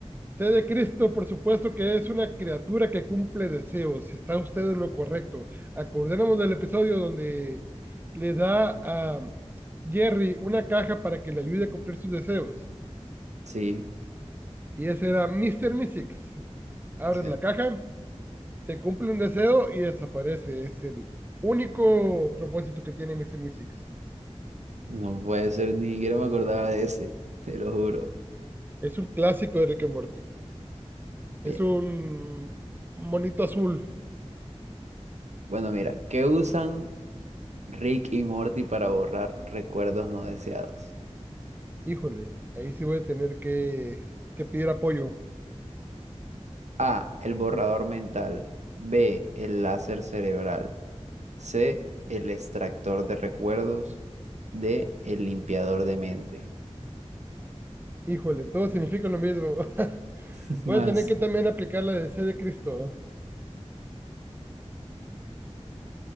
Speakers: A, on the right; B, on the right.
A: C de Cristo, por supuesto que es una criatura que cumple deseos. Está usted en lo correcto. Acordémonos del episodio donde le da a Jerry una caja para que le ayude a cumplir sus deseos.
B: Sí,
A: Y ese era Mister Mystics. Abres
B: excelente.
A: la caja, te cumple un deseo y desaparece. Es el único propósito que tiene Mister Mystics.
B: No puede ser, ni siquiera me acordaba de ese, <laughs> te lo juro.
A: Es un clásico de Rick and Morty. Es
B: Bien.
A: un monito azul.
B: Bueno, mira, ¿qué usan Rick y Morty para borrar recuerdos no deseados?
A: Híjole, ahí sí voy a tener que, que pedir apoyo.
B: A, el borrador mental. B, el láser cerebral. C, el extractor de recuerdos. D, el limpiador de mente.
A: Híjole, todo significa lo mismo. <laughs>
B: <laughs>
A: Voy
B: Más,
A: a tener que también aplicar la de C de Cristo.